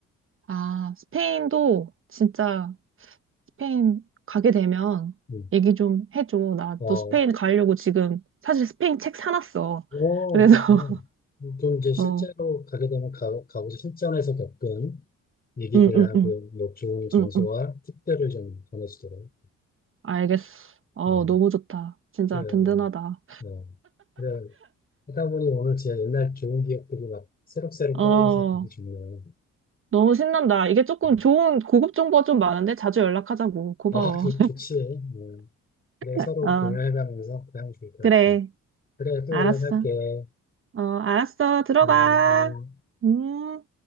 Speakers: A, on the right (about 45°); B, on the left (about 30°).
A: 아, 스페인도 진짜 스페인 가게 되면
B: 음.
A: 얘기 좀 해줘. 나
B: 어,
A: 또 스페인 가려고 지금 사실 스페인 책 사놨어.
B: 오,
A: 그래서
B: 그렇구나.
A: <laughs>
B: 그럼 이제 실제로
A: 어.
B: 가게 되면 가, 가고 실전에서 겪은 얘기들하고
A: 응, 응, 응,
B: 뭐 좋은 장소와
A: 응, 응.
B: 팁들을 좀 전해주더라고요.
A: 알겠어. 어,
B: 어,
A: 너무 좋다. 진짜
B: 그래,
A: 든든하다.
B: 어, 그래. 하다 보니 오늘 진짜 옛날 좋은 기억들이 막 새록새록
A: 어,
B: 떠올라서 되게 좋네요.
A: 너무 신난다. 이게 조금
B: 음.
A: 좋은 고급 정보가 좀 많은데 자주 연락하자고. 고마워.
B: 아, 그, 좋지. 음. 그래,
A: <laughs>
B: 서로
A: 어,
B: 공유해가면서 그냥 좋을 것
A: 그래.
B: 같아. 그래, 또
A: 알았어.
B: 연락할게.
A: 어, 알았어. 들어가.
B: 음, 음.
A: 음.